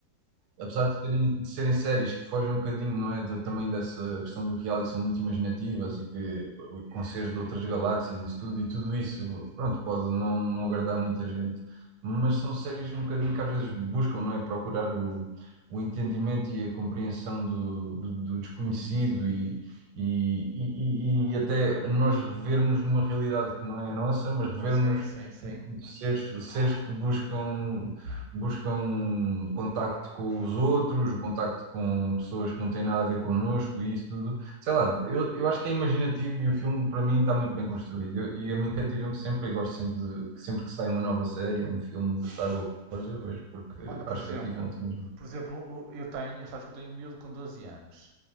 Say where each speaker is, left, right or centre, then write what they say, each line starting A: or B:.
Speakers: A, on the right; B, on the right.
A: apesar de serem, de serem séries que fogem um bocadinho, não é, de- também dessa questão do reality, são muito imaginativas e que com seres de outras galáxias e isso tudo, e tudo isso, pronto, pode não, não agradar muita gente, mas são séries um bocadinho que às vezes buscam, não é, procurar o, o entendimento e a compreensão do, do, do desconhecido e E, e, e até nós revermos numa realidade que não é a nossa, mas revermos
B: Sim, sim, sim.
A: enquanto seres, seres que buscam buscam contacto com os outros, contacto com pessoas que não têm nada a ver connosco e isso tudo. Sei lá, eu, eu acho que é imaginativo e o filme para mim está muito bem construído. Eu- e a mim cativa-me sempre e gosto sempre de que sempre que sai uma nova série, um filme de Star Wars, eu vejo porque
B: Olha, por
A: acho
B: exemplo,
A: cativante mesmo.
B: por exemplo, o- eu tenho, sabes que eu tenho um miúdo com 12 anos.